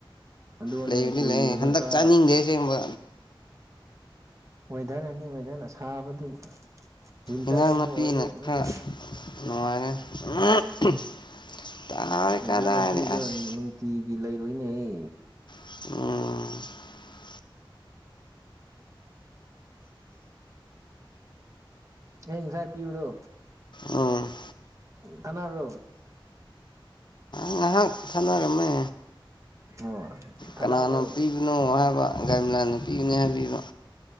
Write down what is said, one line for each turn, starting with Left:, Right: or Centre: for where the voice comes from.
Right: ꯑꯗꯨꯅꯦ
Left: ꯂꯩꯕꯨꯗꯤ
Right: ꯀꯨꯏꯕꯗꯣ
Left: ꯂꯩ ꯍꯟꯗꯛ
Right: ꯆꯥ
Left: ꯆꯥꯅꯤꯡꯗꯦ ꯑꯁꯦꯡꯕ
Right: ꯋꯦꯗꯔꯅꯅꯤ ꯋꯦꯗꯔꯅ ꯁꯥꯕꯗꯨꯒꯤ ꯋꯤꯟꯇꯔꯗꯒꯨꯝꯕ
Left: ꯏꯟꯖꯥꯡ ꯅꯥꯄꯤꯅ
Right: ꯑꯣꯏꯔꯗꯤ ꯑꯃꯨꯛꯀ
Left: ꯈꯔ ꯅꯨꯡꯉꯥꯏꯔꯦ <unintelligible>
Right: ꯏꯟꯁꯥꯡ
Left: ꯀꯗꯥꯏꯗꯩ
Right: ꯅꯥꯄꯤꯗ
Left: ꯑꯁ
Right: ꯅꯨꯡꯇꯤꯒꯤ ꯂꯩꯕ ꯂꯨꯏꯅꯦꯍꯦ
Left: ꯎꯝ
Right: ꯑꯩ ꯉꯁꯥꯏ ꯄꯤꯕꯗꯣ
Left: ꯎꯝ
Right: ꯊꯅꯥꯕ꯭ꯔꯣ
Left: ꯉꯥꯏꯍꯥꯛ ꯊꯥꯟꯅꯔꯝꯃꯦ
Right: ꯑꯣ ꯊꯥꯗꯥꯎꯕ꯭ꯔꯣ
Left: ꯀꯅꯥꯅꯣ ꯄꯤꯕꯅꯣ ꯍꯥꯏꯕ ꯒꯥꯏꯂꯥꯅ ꯄꯤꯕꯅꯦ ꯍꯥꯏꯕꯤꯕ